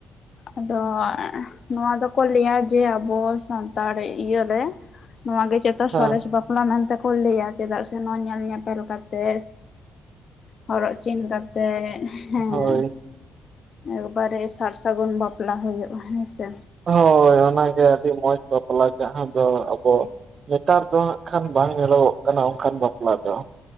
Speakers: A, on the left; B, on the right.
A: ᱟᱫᱚ ᱱᱚᱣᱟ ᱫᱚᱠᱚ ᱞᱟᱹᱭᱟ ᱡᱮ ᱟᱵᱚ ᱥᱟᱱᱛᱟᱲ ᱤᱭᱟᱹᱨᱮ ᱱᱚᱣᱟ ᱜᱮ ᱚ
B: ᱦᱮᱸ
A: ᱥᱚᱨᱮᱥ ᱵᱟᱯᱞᱟ ᱢᱮᱱᱛᱮ ᱠᱚ ᱞᱟᱹᱭᱟ ᱪᱮᱫᱟᱜ ᱥᱮ ᱱᱚᱣᱟ ᱧᱮᱞ ᱧᱮᱯᱮᱞ ᱠᱟᱛᱮ ᱦᱚᱨᱚᱜ ᱪᱤᱱ ᱠᱟᱛᱮᱜ ᱦᱮᱸ
B: ᱦᱳᱭ
A: ᱮᱠᱵᱟᱨᱮ ᱥᱟᱨ ᱥᱟᱹᱜᱩᱱ ᱵᱟᱯᱞᱟ ᱦᱩᱭᱩᱜᱼᱟ ᱦᱮᱸᱥᱮ
B: ᱦᱳᱭ ᱚᱱᱟᱜᱮ ᱟᱹᱰᱤ ᱢᱚᱸᱡ ᱵᱟᱯᱞᱟ ᱡᱟᱦᱟᱸ ᱫᱚ ᱟᱵᱚ ᱱᱮᱛᱟᱨ ᱫᱚ ᱦᱟᱸᱜ ᱠᱷᱟᱱ ᱵᱟᱝ ᱧᱮᱞᱚᱜᱚᱜ ᱠᱟᱱᱟ ᱚᱱᱠᱟᱱ ᱵᱟᱯᱞᱟ ᱫᱚ